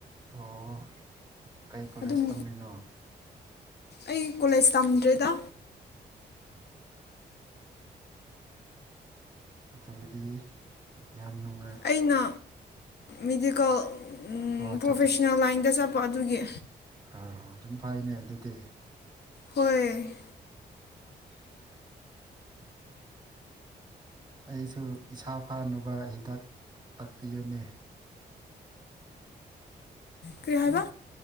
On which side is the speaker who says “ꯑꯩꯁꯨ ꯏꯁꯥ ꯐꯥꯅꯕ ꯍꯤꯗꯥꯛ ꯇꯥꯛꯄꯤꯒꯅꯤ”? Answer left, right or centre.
Right